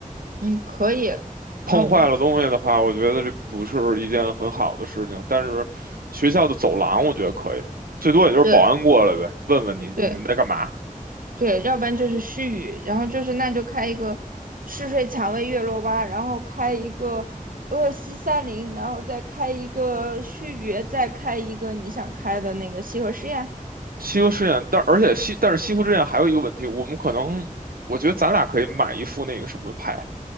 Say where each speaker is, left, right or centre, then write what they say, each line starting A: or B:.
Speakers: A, on the right; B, on the right.
A: 嗯，可以。
B: 碰坏了东西的话，
A: 那我们就
B: 我觉得这不是一件很好的事情。但是学校的走廊，我觉得可以，最多也就是保安过来呗，
A: 对
B: 问问你你们在干嘛。
A: 对对，要不然就是虚语，然后就是那就开一个嗜睡蔷薇月落吧，然后开一个鄂西三林，然后再开一个须臾，再开一个你想开的那个西河实验，
B: 西河实验，但而且西但是西河实验还有一个问题，我们可能我觉得咱俩可以买一副那个什么牌。